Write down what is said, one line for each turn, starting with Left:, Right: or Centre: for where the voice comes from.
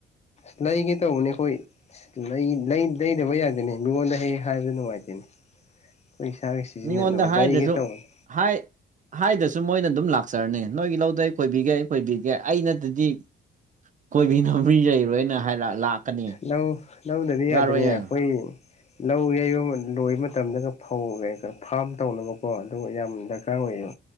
Left: ꯑ ꯂꯩꯒꯦ ꯇꯧꯕꯅꯦ ꯑꯩꯈꯣꯏ ꯂꯩꯗꯕ ꯌꯥꯗꯦꯅꯦ ꯂꯉꯣꯟꯗ ꯍ ꯍꯥꯏꯕꯗꯨ ꯅꯨꯡꯉꯥꯏꯇꯦꯅꯦ ꯑꯩꯈꯣꯏ ꯏꯁꯥꯒ ꯁꯤꯖꯤꯟꯅꯅꯕ
Right: ꯃꯤꯉꯣꯟꯗ ꯍꯥꯏꯗ꯭ꯔꯁꯨ
Left: ꯂꯩꯒꯦ ꯇꯧꯕꯅꯤ
Right: ꯍꯥꯏ ꯍꯥꯏꯗꯁꯨ ꯃꯣꯏꯅ ꯑꯗꯨꯝ ꯂꯥꯛꯆꯔꯅꯤ ꯅꯣꯏꯒꯤ ꯂꯧꯗꯩ ꯀꯣꯏꯕꯤꯒꯦ ꯀꯣꯏꯕꯤꯒꯦ ꯑꯩꯅꯠꯇꯗꯤ ꯀꯣꯏꯕꯤꯅꯕꯔꯤ ꯂꯩꯔꯣꯏꯅ ꯍꯥꯏꯔ ꯂꯥꯛꯀꯅꯤ
Left: ꯂꯧ ꯂꯧꯗꯗꯤ ꯌꯥꯗꯅꯦ
Right: ꯌꯥꯔꯣꯏꯌꯦ
Left: ꯑꯩꯈꯣꯏ ꯂꯧ ꯌꯩꯕ ꯂꯣꯏꯕ ꯃꯇꯝꯗꯒꯧꯣ ꯐꯥꯝ ꯇꯧꯅꯕꯀꯣ ꯑꯗꯨꯒ ꯌꯥꯝ ꯗꯔꯀꯥꯔ ꯗꯔꯀꯥꯔ ꯑꯣꯏꯌꯣ